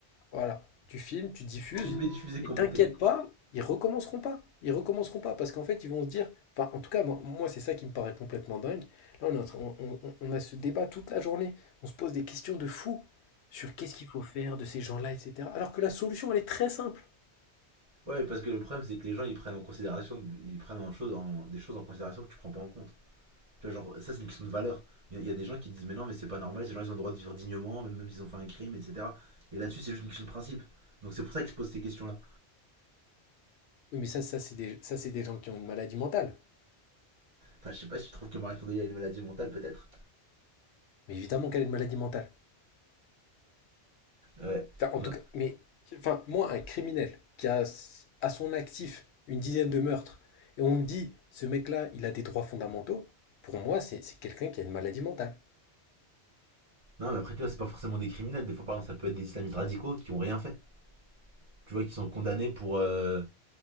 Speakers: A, on the left (about 75°); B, on the right (about 35°).
A: Voilà, tu filmes, tu diffuses,
B: Filmer, diffuser,
A: et
B: commenter.
A: t'inquiète pas, ils recommenceront pas. Ils recommenceront pas parce qu'en fait, ils vont se dire. Enfin, en tout cas, moi, moi, c'est ça qui me paraît complètement dingue. Là, on est en train- on, on- on a ce débat toute la journée. On se pose des questions de fou sur qu'est-ce qu'il faut faire de ces gens-là, etc. Alors que la solution, elle est très simple.
B: Ouais, parce que le problème c'est que les gens ils prennent en considération, ils prennent en chose, en- des choses en considération que tu prends pas en compte. Tu vois, genre, ça c'est une question de valeur. Il y, a- y a des gens qui disent mais non mais c'est pas normal, ces gens ils ont le droit de vivre dignement, même, même s'ils ont fait un crime, etc. Et là-dessus c'est juste une question de principe. Donc c'est pour ça qu'ils se posent ces questions-là.
A: Oui, mais ça, ça, c'est des, ça, c'est des gens qui ont une maladie mentale.
B: Enfin, je sais pas si tu trouves que Marie Kondo a une maladie mentale, peut-être.
A: Mais évidemment qu'elle a une maladie mentale.
B: Ouais.
A: Enfin, en
B: Non.
A: tout cas, mais enfin, moi, un criminel qui a s- à son actif une dizaine de meurtres, et on me dit, ce mec-là, il a des droits fondamentaux, pour moi, c'est c'est quelqu'un qui a une maladie mentale.
B: Non, mais après, tu vois, c'est pas forcément des criminels. Des fois, par exemple, ça peut être des islamistes radicaux qui ont rien fait. Tu vois, qui sont condamnés pour. euh,